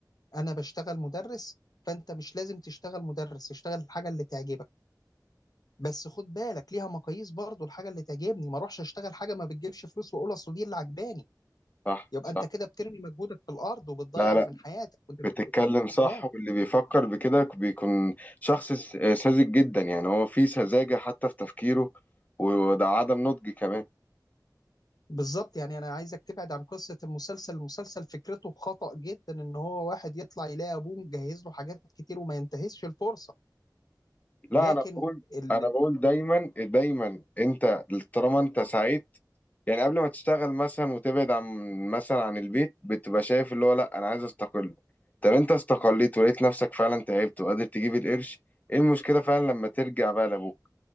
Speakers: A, on the left; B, on the left.
A: انا بشتغل مدرس فانت مش لازم تشتغل مدرس اشتغل الحاجة اللي تعجبك بس خد بالك ليها مقاييس برضه الحاجة اللي تعجبني ما اروحش اشتغل حاجة ما بتجيبش فلوس واقول اصل دي اللي عجباني
B: صح
A: يبقى
B: صح
A: انت كده بترمي مجهودك في الارض وبتضيع
B: لا لا
A: من حياتك وانت
B: بتتكلم
A: بت...
B: صح
A: اه
B: واللي بيفكر بكده بيكون شخص س- ساذج جدا يعني هو فيه سذاجه حتى في تفكيره وده عدم نضج كمان
A: بالظبط يعني انا عايزك تبعد عن قصه المسلسل المسلسل فكرته خطأ جدا ان هو واحد يطلع يلاقي ابوه مجهز له حاجات كتير وما ينتهزش الفرصه
B: لا
A: لكن
B: انا بقول
A: ال...
B: انا بقول دايما دايما انت طالما انت سعيد يعني قبل ما تشتغل مثلا وتبعد عن مثلا عن البيت بتبقى شايف اللي هو لا انا عايز استقل طب انت استقليت ولقيت نفسك فعلا تعبت وقادر تجيب القرش ايه المشكلة فعلا لما ترجع بقى لابوك